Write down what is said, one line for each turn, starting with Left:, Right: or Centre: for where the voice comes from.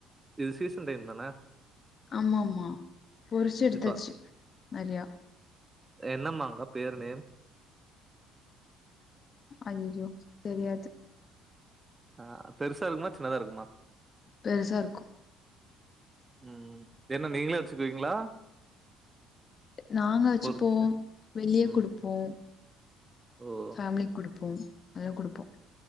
Right: இது சீசன் டைம் தான
Left: ஆமா ஆமா பொறிச்சு எடுத்தாச்சு
Right: இப்ப
Left: நெறையா
Right: என்ன மாங்கா பேரு நேம்
Left: அய்யய்யோ தெரியாது
Right: ஆ பெருசா இருக்குமா சின்னதா இருக்குமா
Left: பெருசா இருக்கு
Right: உம் என்ன நீங்களே வெச்சுகுவீங்ளா
Left: நாங்க வெச்சு
Right: பொறிச்சு
Left: போ வெளியே
Right: ம்
Left: குடுப்போ
Right: ஓ
Left: தம்லிக் குடுப்போ எல்லா குடுப்போ